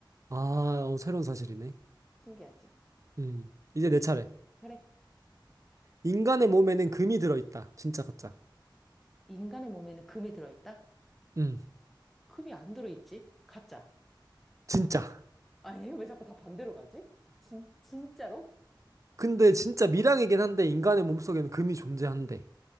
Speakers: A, on the right; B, in the centre.
A: 아, 어, 새로운 사실이네.
B: 신기하지?
A: 음. 이제 내 차례.
B: 그래.
A: 인간의 몸에는 금이 들어있다. 진짜 가짜.
B: 인간의 몸에는 금이 들어있다?
A: 음.
B: 금이 안 들어있지? 가짜.
A: 진짜.
B: 아니, 왜 자꾸 다 반대로 가지? 진, 진짜로?
A: 근데 진짜 밀양이긴 한데 인간의 몸속에는 금이 존재한대.